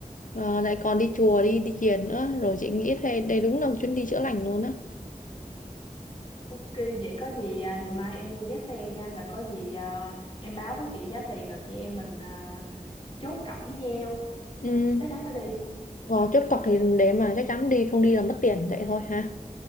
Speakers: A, on the left; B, on the left.
A: ờ, lại còn đi chùa đi đi thiền nữa rồi chị nghĩ đây đây đúng là một chuyến đi chữa lành luôn á
B: ok vậy có gì à, ngày mai em mua vé xe nha là có gì à, em báo với chị giá tiền rồi chị em mình à, chốt cọc với nhau
A: ừ.
B: chắc chắn phải đi
A: Ờ, chốt cọc thì để mà chắc chắn đi không đi là mất tiền vậy thôi ha